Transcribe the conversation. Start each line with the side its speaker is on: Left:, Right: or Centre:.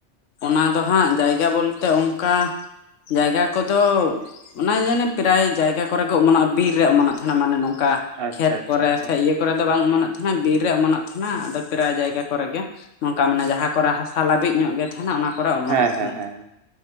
Left: ᱚᱱᱟ ᱫᱚ ᱦᱟᱸᱜ ᱡᱟᱭᱜᱟ ᱵᱚᱞᱛᱮ ᱚᱱᱠᱟ ᱡᱟᱭᱜᱟ ᱠᱚᱫᱚ ᱚᱱᱟ ᱜᱮ ᱢᱟᱱᱮ ᱯᱨᱟᱭ ᱡᱟᱭᱜᱟ ᱠᱚᱨᱮ ᱜᱮ ᱚᱢᱚᱱᱚᱜᱼᱟ ᱵᱤᱨ ᱨᱮ ᱚᱢᱚᱱᱚᱜ ᱛᱟᱦᱮᱱᱟ ᱢᱟᱱᱮ ᱱᱚᱝᱠᱟ
Right: ᱟᱪᱪᱷᱟ
Left: ᱠᱷᱮᱛ
Right: ᱟᱪᱪᱷᱟ
Left: ᱠᱚᱨᱮ
Right: ᱟᱪᱪᱷᱟ
Left: ᱥᱮ ᱤᱭᱟᱹ ᱠᱚᱨᱮ ᱫᱚ ᱵᱟᱝ ᱚᱢᱚᱱᱚᱜ ᱛᱟᱦᱮᱱᱟ ᱵᱤᱨ ᱨᱮ ᱚᱢᱚᱱᱚᱜ ᱛᱟᱦᱮᱱᱟ ᱟᱫᱚ ᱯᱨᱟᱭ ᱡᱟᱭᱜᱟ ᱠᱚᱨᱮᱜᱮ᱾ ᱚᱱᱠᱟ ᱢᱟᱱᱮ ᱡᱟᱦᱟᱸ ᱠᱚᱨᱮ ᱦᱟᱥᱟ ᱞᱟᱹᱵᱤᱫ ᱧᱚᱜ ᱜᱮ ᱛᱟᱦᱮᱱᱟ ᱚᱱᱟ ᱠᱚᱨᱮ ᱚᱢᱚᱱᱚᱜ
Right: ᱦᱮᱸ
Left: ᱛᱟᱦᱮᱱᱟ
Right: ᱦᱮᱸ ᱦᱮᱸ